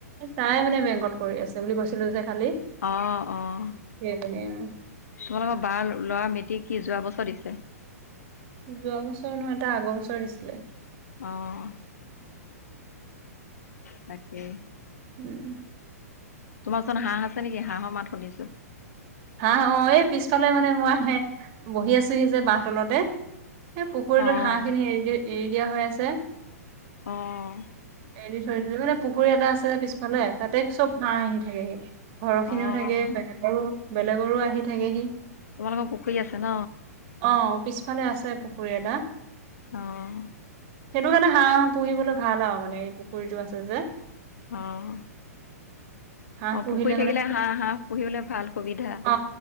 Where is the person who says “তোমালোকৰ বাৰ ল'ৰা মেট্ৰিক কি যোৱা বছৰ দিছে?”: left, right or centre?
Left